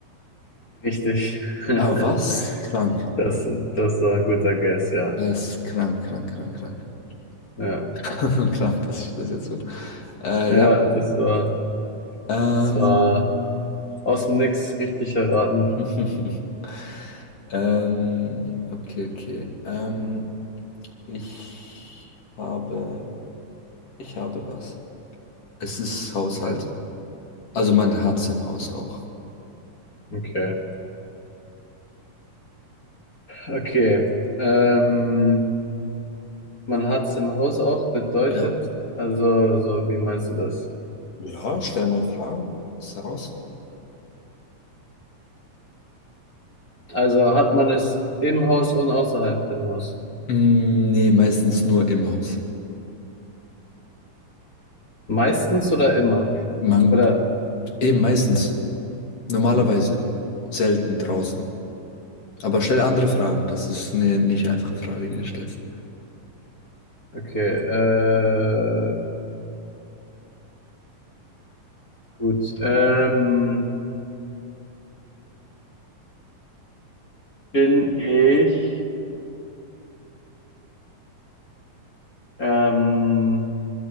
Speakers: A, on the left; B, on the left.
A: richtig. <laughs>
B: Ah, was? Krank.
A: Das, das war ein guter Guess, ja.
B: Das ist krank, krank, krank, krank.
A: Ja,
B: <laughs> Krank, dass ich das jetzt so. Äh,
A: ja,
B: ja.
A: das war.
B: Ähm,
A: Das war aus dem Nix richtig erraten.
B: <laughs> ähm, okay, okay. Ähm, ich habe, ich habe was. Es ist Haushalt.
A: Okay.
B: Also man hat es im Haus auch.
A: Okay. Okay. Ähm, man hat es im Haus auch bedeutet.
B: Ja.
A: Also, so, wie meinst du das?
B: Ja, stell mal Fragen. Ist heraus.
A: Also hat man es im Haus und außerhalb dem Haus?
B: Mm, nee, meistens nur im Haus.
A: Meistens oder immer?
B: Man,
A: Oder?
B: eben meistens. Normalerweise.
A: Hm.
B: Selten draußen. Aber stell andere Fragen. Das ist eine nicht einfache Frage, die du stellst.
A: Okay. Äh, gut. Ähm, bin ich, ähm,